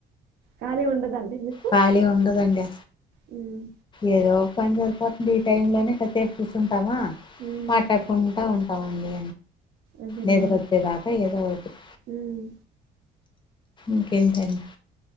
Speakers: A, on the right; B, on the left.
A: ఖాలీ ఉండదండి మీకు?
B: ఖాళీ ఉండదండి
A: హ్మ్.
B: ఏదో పని ఈ టైం లోనే కాసేపు కూర్చుంటామా
A: హ్మ్.
B: మాట్లాడుకుంటా ఉంటామండి
A: అదేనండి.
B: నిద్ర వచ్చేదాకా ఏదో ఒకటి
A: హ్మ్.
B: ఇంకేం చేస్తాం